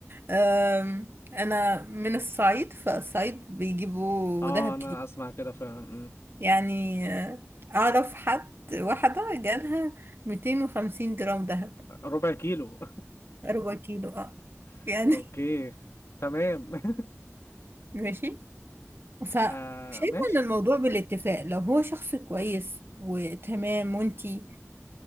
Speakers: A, on the right; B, on the left.
A: آه انا من الصعيد فالصعيد بيجيبوا
B: اه
A: دهب كتير
B: انا اسمع كده فعلا أمم.
A: يعني آه اعرف حد واحدة جالها ميتين وخمسين جرام دهب
B: ربع كيلو
A: ربع كيلو اه
B: <laughs>
A: يعني
B: اوكي تمام <laughs>
A: <laughs> ماشي فشايفة
B: آه ماشي
A: ان الموضوع بالاتفاق لو هو شخص كويس وتمام وانتي